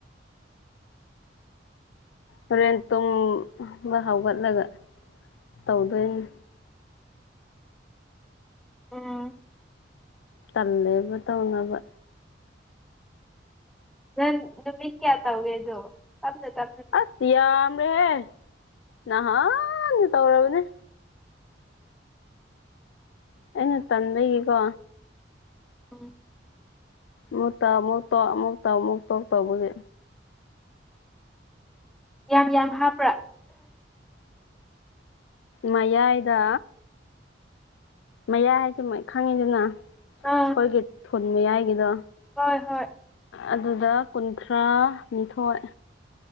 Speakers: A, on the left; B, in the centre.
A: ꯍꯣꯔꯦꯟ ꯇꯨꯝꯕ ꯍꯧꯒꯠꯂꯒ ꯇꯧꯗꯣꯏꯅꯤ
B: ꯎꯝ
A: ꯇꯜꯂꯦꯕ ꯇꯧꯅꯕ
B: ꯅ ꯅꯨꯃꯤꯠ ꯀꯌꯥ ꯇꯧꯒꯦꯗꯣ ꯇꯝꯅꯦ ꯇ
A: ꯑꯁꯤꯤ ꯌꯥꯝꯔꯦꯍꯦ ꯅꯍꯥꯟ ꯇꯧꯔꯕꯅꯦ ꯑꯩꯅ ꯇꯟꯕꯒꯤꯀꯣ
B: ꯎꯟ
A: ꯃꯨꯛ ꯇꯥꯎ ꯑꯃꯨꯛ ꯇꯣꯛ ꯑꯃꯨꯛ ꯇꯥꯎ ꯑꯃꯨꯛ ꯇꯣꯛ ꯇꯧꯕꯒꯤ
B: ꯌꯥꯝ ꯌꯥꯝ ꯍꯥꯞꯄ꯭ꯔꯥ
A: ꯃꯌꯥꯏꯗ ꯃꯌꯥꯏꯗ ꯃꯣꯏ ꯈꯪꯉꯤꯗꯅ ꯑꯩꯈꯣꯏꯒꯤ
B: ꯑꯥ
A: ꯊꯨꯅ ꯃꯌꯥꯏꯒꯤꯗꯣ
B: ꯍꯣꯏ ꯍꯣꯏ
A: ꯑꯗꯨꯗ ꯀꯨꯟꯊ꯭ꯔꯥ ꯅꯤꯊꯣꯏ